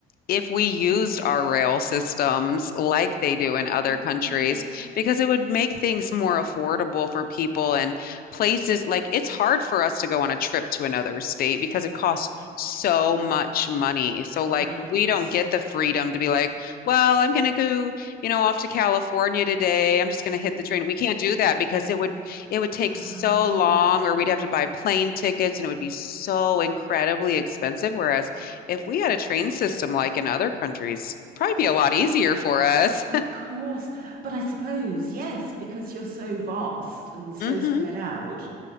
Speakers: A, on the left; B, on the right.
A: if we used our rail systems like they do in other
B: Ah,
A: countries, because it would make things more affordable for people and places like it's hard for us to go on a trip to another state because it costs so much money. So, like,
B: right.
A: we don't get the freedom to be like, well, I'm going to go, you know, off to California today. I'm just going to hit the train. We can't do that because it would it would take
B: Ah,
A: so long or we'd have to buy plane tickets and it would be so incredibly expensive. Whereas if we had a train system
B: yeah,
A: like in other countries, probably be a lot easier for us.
B: of course. But I suppose, yes, because you're so vast and so
A: <laughs> hmm
B: spread out,